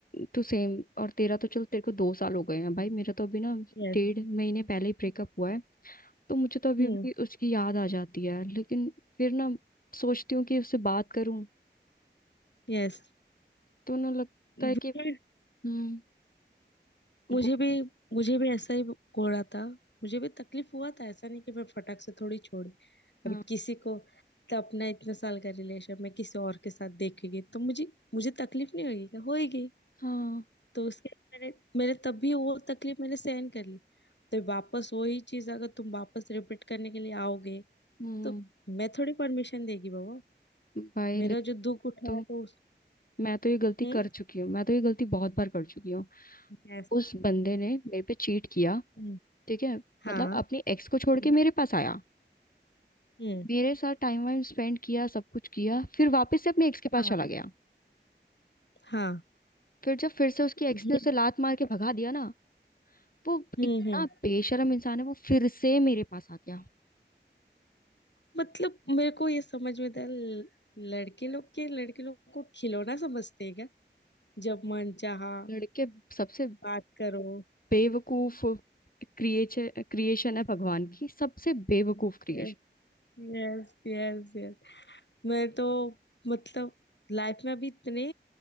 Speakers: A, on the left (about 50°); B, on the left (about 70°).
A: टू सेम और तेरा तो चल तेरे को दो साल हो गए हैं भाई मेरा तो अभी ना
B: यस
A: डेढ़ महीने पहले ही ब्रेकअप हुआ है तो मुझे तो अभी
B: हम्म
A: भी उसकी याद आ जाती है लेकिन फिर ना सोचती हूँ कि उससे बात करूँ
B: यस
A: तो ना लगता है
B: मुझे
A: कि हम्म
B: मुझे
A: वो-
B: भी मुझे भी ऐसा ही हो रहा था मुझे भी तकलीफ हुआ था ऐसा नहीं कि मैं फटाक से थोड़ी छोड़ी
A: हाँ
B: अभी किसी को तो अपना इतने साल का रिलेशन मैं किसी और के साथ देखेगी तो मुझे मुझे तकलीफ नहीं होगी क्या होएगी
A: हाँ
B: तो उसके बाद मैंने मैंने तब भी वो तकलीफ मैंने सहन कर ली तो वापस वही चीज अगर तुम वापस रिपीट करने के लिए आओगे
A: हम्म
B: तो मैं थोड़ी परमिशन देगी बाबा
A: भाई
B: मेरा
A: लेकिन
B: जो दुख उठा
A: तो
B: है तो उस
A: मैं तो ये गलती
B: हम्म
A: कर चुकी हूँ मैं तो ये गलती बहुत बार कर चुकी हूँ
B: यस
A: उस बंदे ने मेरे पे चीट किया
B: हम्म,
A: ठीक है
B: हाँ
A: मतलब अपनी एक्स को छोड़ के
B: हम्म
A: मेरे पास आया
B: हम्म,
A: मेरे साथ टाइम वाइम स्पेंड किया सब कुछ किया फिर वापस से अपने एक्स के पास
B: हाँ
A: चला गया
B: हाँ
A: फिर जब फिर से उसकी एक्स
B: ये
A: ने उसे लात मार के भगा दिया ना वो
B: हम्म
A: इतना
B: हम्म
A: बेशरम इंसान है वो फिर से मेरे पास आ गया
B: मतलब मेरे को ये समझ में था ल- लड़के लोग के लड़के लोग को खिलौना समझते हैं क्या जब मन चाहा
A: लड़के सबसे
B: बात करो
A: बेवकूफ क्रिएचर क्रिएशन है भगवान की सबसे बेवकूफ क्रिएशन
B: Yes yes yes yes मैं तो मतलब लाइफ में अभी इतने